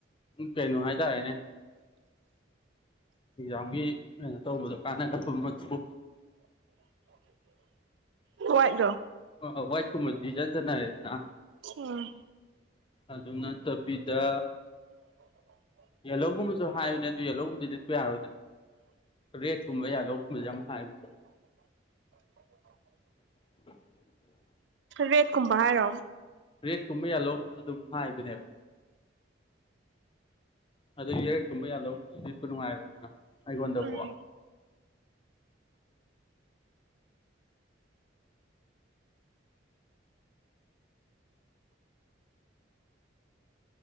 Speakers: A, on the left; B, on the right.
A: ꯀꯩꯅꯣ ꯍꯥꯏꯇꯥꯔꯦꯅꯦ꯫ ꯑꯦꯛꯖꯥꯝꯒꯤ ꯀꯩꯅꯣ ꯇꯧꯕꯗꯣ ꯀꯥꯟꯅꯒꯗꯕꯃꯛꯁꯨ
B: ꯍꯨꯋꯥꯏꯠ
A: ꯑ ꯋꯥꯏꯠ ꯀꯨꯝꯕꯗꯤ ꯏꯆꯟ ꯆꯥꯟꯅꯥꯔꯦꯗꯅ꯫
B: ꯎꯝ꯫
A: ꯑꯗꯨ ꯅꯠꯇꯕꯤꯗ꯫ ꯌꯦꯜꯂꯣꯒꯨꯝꯕꯁꯨ ꯍꯥꯏꯕꯅꯦ ꯑꯗꯨ ꯌꯦꯜꯂꯧꯒꯨꯝꯕꯗꯤꯁꯨ ꯌꯥꯔꯣꯏꯗꯅ꯫ ꯔꯦꯠ ꯀꯨꯝꯕ ꯌꯥ ꯂꯧꯒꯨꯝꯕꯁ ꯌꯥꯝ ꯍꯥꯏꯕ <unintelligible>
B: ꯔꯦꯠꯀꯨꯝꯕ ꯍꯥꯏꯔꯣ꯫
A: ꯔꯦꯠꯀꯨꯝꯕ ꯌꯥꯜꯍꯣꯒꯨꯝꯗ ꯑꯗꯨꯝ ꯍꯥꯏꯕꯅꯦꯕ꯫ ꯑꯗꯨ ꯌꯥꯔꯛ ꯀꯨꯝꯕ ꯌꯥ ꯂꯧꯒꯨꯝꯕꯗꯨꯗꯤ ꯅꯨꯡꯉꯥꯏꯔ ꯑꯣꯏꯗꯅ ꯑꯩꯉꯣꯟꯗꯕꯨ꯫
B: ꯎꯝ